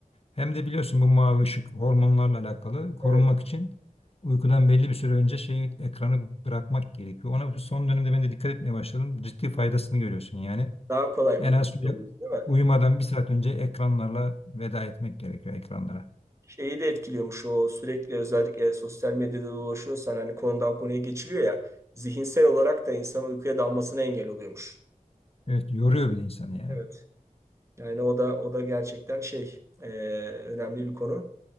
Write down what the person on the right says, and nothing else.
Evet.
Daha kolay
uygun
oluyor, değil mi?
Şeyi de etkiliyormuş o sürekli özellikle sosyal medyada dolaşıyorsan hani konudan konuya geçiliyor ya zihinsel olarak da insanın uykuya dalmasına engel oluyormuş.
Evet. Yani o da o da gerçekten şey e, önemli bir konu.